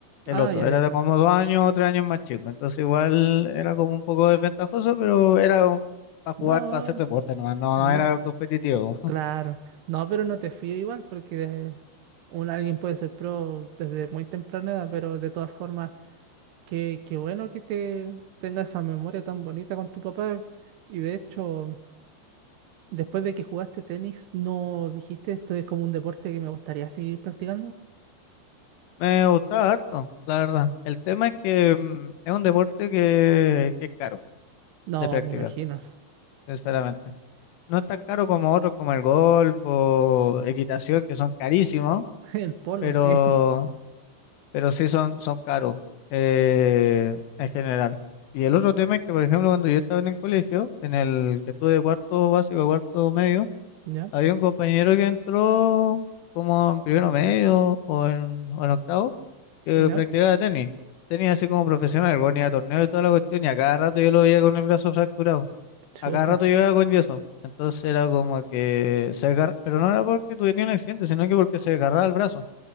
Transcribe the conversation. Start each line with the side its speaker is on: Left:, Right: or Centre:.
Left: El
Right: Ah,
Left: otro,
Right: ya,
Left: era
Right: ya.
Left: de como dos años o tres años más chico, entonces igual era como un poco desventajoso, pero era para
Right: No,
Left: jugar, para hacer deporte nomás, no,
Right: no,
Left: no era competitivo. <laughs>
Right: claro. No, pero no te fío igual porque un, alguien puede ser pro desde muy temprana edad, pero de todas formas, qué, qué bueno que te tengas esa memoria tan bonita con tu papá. Y de hecho, después de que jugaste tenis, ¿no dijiste esto es como un deporte que me gustaría seguir practicando?
Left: Me gustaba harto, la verdad. El tema es que mm, es un deporte que, que es caro
Right: No,
Left: de practicar,
Right: me imagino. es-
Left: sinceramente. No es tan caro como otros como el golf o equitación, que son carísimos,
Right: <laughs> El polo,
Left: pero
Right: sí. <laughs>
Left: pero sí son, son caros eh, en general. Y el otro tema es que, por ejemplo, cuando yo estaba en el colegio, en el que estuve de cuarto básico a cuarto medio,
Right: Ya,
Left: había un compañero que entró como en primero medio o en, o en octavo, que
Right: ya.
Left: practicaba tenis. Tenis así como profesional, el ni a torneos y toda la cuestión, y a cada rato yo lo veía con el brazo fracturado.
Right: Chuta.
Left: A cada rato llegaba con yeso. Entonces era como que se agarra, pero no era porque tuviera un accidente, sino que porque se agarraba el brazo,